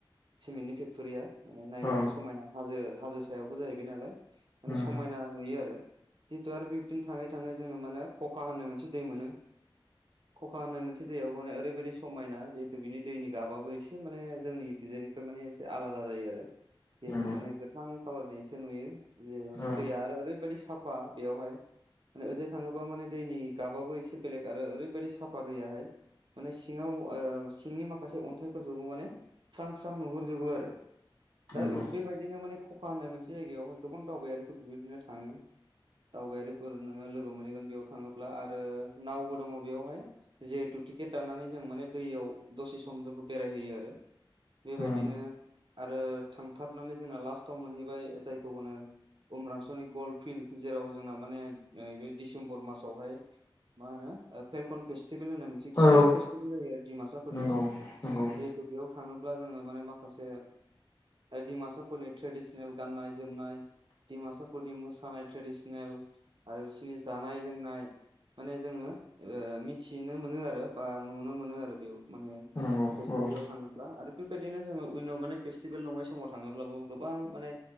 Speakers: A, on the right; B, on the left.
A: सिमेन्टनि फेक्ट'रिया नायनायावबो
B: औ
A: समायना हाजो हाजो सायावबो जाहैबाय नालाय माने
B: उम
A: समायना नुयो आरो जितु आरो बिबदिनो थाङै थाङै जोङो माने खखा होननो मोनसे दै मोनो <inaudible> खखा होननाय मोनसे दैयाबो माने ओरैबायदि समायना जिहेतु बिनि दैनि गाबाबो एसे माने जोंनिथिंनिफ्राय माने एसे आलादा जायो आरो जिहेतु
B: नंगौ
A: माने गोथां कालारनि इसे नुयो जे माने
B: औ
A: दैया आरो ओरैबायदि साफा बेयावहाय माने ओंजों हाय थाङोब्ला माने दैनि गाबाबो एसे बेलेग आरो ओरैबायदि साफा दैयाहाय माने सिङाव ओ सिंनि माखासे अन्थाइफोरखौबो माने स्रां स्रां नुहुरजोबो आरो
B: नंगौ
A: दा बेबायदिनो माने खखा होननाय मोनसे जायगायाव गोबां दावबायारिफोर बिबायदिनो थाङो दावबायारिफोर नोङो लोगो मोनहैगोन बेयाव थाङोब्ला आरो नावबो दङ बेयावहाय जिहेथु टिकेट दाननानै जों माने दैयाव दसे सम जोंखौ बेरायहोयो आरो बेबायदिनो
B: उम
A: आरो थांथारनानै जोंना लास्टआव मोनहैबाय जायखौ होनो उम्रांस'नि गल्फ फिल्ड जेराव जोंना माने नैबे डिसेम्बर मासावहाय मा होनो फेलकन फेस्टिभेल होननाय मोनसे
B: औ
A: गिदिर फेस्टिभेल जायो आरो दिमासाफोरनि
B: नंगौ नंगौ
A: जिहेतु बेयाव थाङोब्ला जोङो माने माखासे दिमासाफोरनि ट्रेडिसनेल गाननाय जोमनाय दिमासाफोरनि मोसानाय ट्रेडिसनेल आरो बिसोरनि जानाय लोंनाय माने जोङो मिथिनो मोनो आरो बा नुनो मोनो आरो बेयाव माने
B: नंगौ
A: फेस्टिभेलाव
B: औ
A: थाङोब्ला आरो बेबायदिनो जोङो उइनव माने फेस्टिभेल नङै समाव थाङोब्लाबो गोबां माने